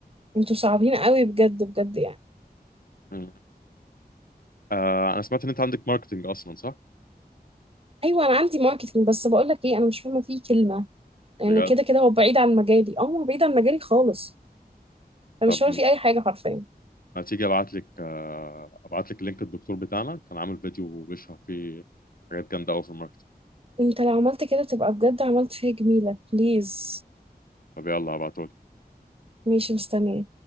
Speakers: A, on the right (about 35°); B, on the left (about 60°).
A: انتوا صعبين قوي بجد بجد يعني
B: مم. آه انا سمعت ان انت عندك ماركتنج اصلا صح؟
A: ايوه انا عندي ماركتنج بس بقول لك ايه انا مش فاهمه فيه كلمه يعني
B: بجد
A: كده كده هو بعيد عن مجالي اه هو بعيد عن مجالي خالص انا
B: طب
A: مش فاهمه فيه اي حاجه حرفيا
B: ما تيجي ابعت لك آه ابعت لك لينك الدكتور بتاعنا كان عامل فيديو بيشرح فيه حاجات جامده قوي في الماركتنج
A: انت لو عملت كده تبقى بجد عملت فيها جميلة بليز
B: طب يلا هبعته
A: ماشي مستنية